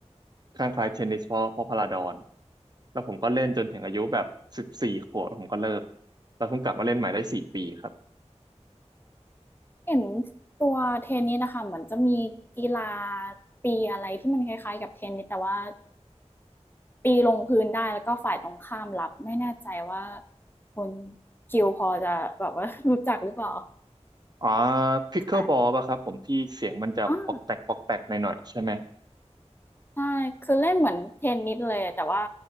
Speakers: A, on the right; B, on the left.
A: คลั่งไคล้เทนนิสเพราะเพราะพลาดอนแล้วผมก็เล่นจนถึงอายุแบบสิบสี่ขวบแล้วผมก็เลิกแล้วผมกลับมาเล่นใหม่ได้สี่ปีครับ
B: เห็นตัวเทนนิสนะคะเหมือนจะมีกีฬาตีอะไรที่มันคล้ายๆกับเทนนิสแต่ว่าตีลงพื้นได้แล้วก็ฝ่ายตรงข้ามรับไม่แน่ใจว่าคุณคิวพอจะแบบว่า <laughs> รู้จักหรือเปล่า
A: อ๋อพิกเกิลบอลป่ะครับผมที่เสียงมันจะปอกแปกปอกแปกหน่อยๆใช่ไหม
B: ค่ะอ๋อ ใช่ คือเล่นเหมือนเทนนิสเลย แต่ว่า